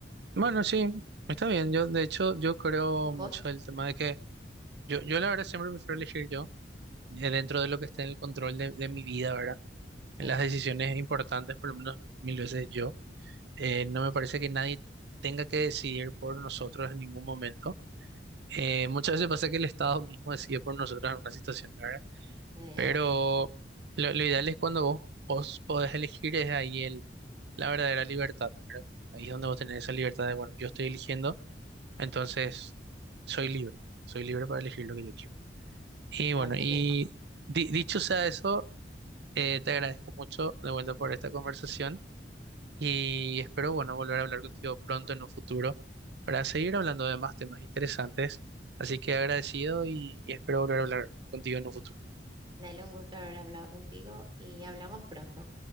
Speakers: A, on the right; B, on the right.
A: Bueno, sí, está bien. Yo, de hecho, yo creo
B: ¿Vos?
A: mucho el tema de que yo, yo la verdad siempre prefiero elegir yo, eh, dentro de lo que esté en el control de, de mi vida, ¿verdad?
B: Sí,
A: En las decisiones importantes, por lo menos mil veces yo. Eh, no me parece que nadie tenga que decidir por nosotros en ningún momento. Eh, muchas veces pasa que el Estado mismo decide por nosotros en una situación, ¿verdad?
B: sí, hay
A: Pero
B: una.
A: lo, lo ideal es cuando vos, vos podés elegir, es ahí el, la verdadera libertad, ¿verdad? Ahí es donde vos tenés esa libertad de, bueno, yo estoy eligiendo, entonces soy libre, soy libre para elegir lo que yo quiero. Y bueno,
B: Así
A: y
B: mismo.
A: di- dicho sea eso, eh, te agradezco mucho de vuelta por esta conversación y espero, bueno, volver a hablar contigo pronto en un futuro para seguir hablando de más temas interesantes. Así que agradecido y y espero volver a hablar contigo en un futuro.
B: Dale un gusto haber hablado contigo y hablamos pronto.